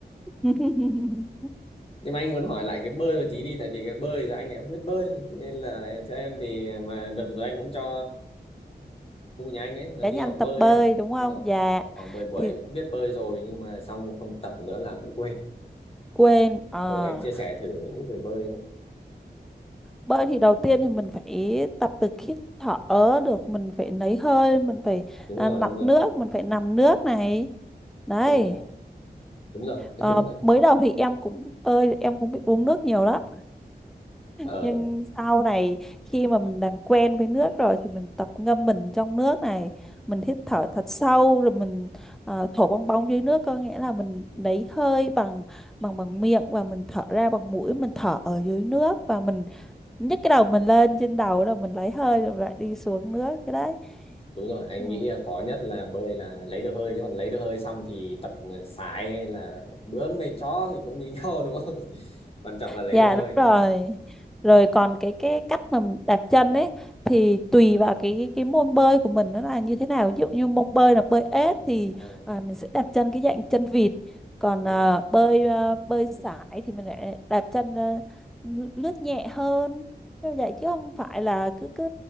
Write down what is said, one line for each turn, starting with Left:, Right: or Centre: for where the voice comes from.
Centre: <laughs>
Left: nhưng mà anh muốn hỏi lại cái bơi một tí đi tại vì cái bơi thì anh lại không biết bơi cho nên là theo em thì mà đợt rồi anh cũng cho khu nhà anh ấy nó
Centre: để
Left: đi
Centre: nhanh
Left: học
Centre: tập
Left: bơi
Centre: bơi
Left: ấy
Centre: đúng
Left: Thì
Centre: không
Left: bắt đầu
Centre: dạ
Left: học khoảng 10 buổi
Centre: thì
Left: cũng biết bơi rồi nhưng mà xong không tập nữa là cũng quên
Centre: quên ờ,
Left: ừ, em chia sẻ thử với những người bơi xem.
Centre: bơi thì đầu tiên thì mình phải tập từ khi thở được mình phải lấy hơi mình phải
Left: đúng
Centre: à,
Left: rồi
Centre: nặn
Left: đúng rồi
Centre: nước mình phải nằm nước này đấy
Left: đúng rồi đúng rồi <laughs>
Centre: Ờ,
Left: đúng rồi
Centre: mới đầu thì em cũng bơi em cũng bị uống nước nhiều lắm
Left: ờ
Centre: Nhưng sau này khi mà mình làm quen với nước rồi thì mình tập ngâm mình trong nước này, mình hít thở thật sâu rồi mình ờ, thổi bong bóng dưới nước có nghĩa là mình lấy hơi bằng bằng bằng miệng và mình thở ra bằng mũi, mình thở ở dưới nước và mình nhấc cái đầu mình lên trên đầu rồi mình lấy hơi rồi lại đi xuống nước cái đấy.
Left: đúng rồi anh
Centre: Ừ.
Left: nghĩ là khó nhất là bơi là lấy được hơi chứ còn lấy được hơi xong thì tập sải hay là bướm hay chó thì cũng như nhau đúng không <laughs> quan trọng là lấy
Centre: Dạ
Left: được hơi
Centre: đúng
Left: nhỉ
Centre: rồi. Rồi còn cái cái cách mà mình đạp chân ấy thì tùy vào cái cái môn bơi của mình nó là như thế nào. Ví dụ như môn bơi là bơi ếch thì
Left: Ờ,
Centre: à, mình sẽ đạp chân cái dạng chân vịt. Còn
Left: đúng
Centre: à,
Left: rồi
Centre: bơi à, bơi sải thì mình lại đạp chân à, lướt lướt nhẹ hơn. Như vậy chứ không phải là cứ cứ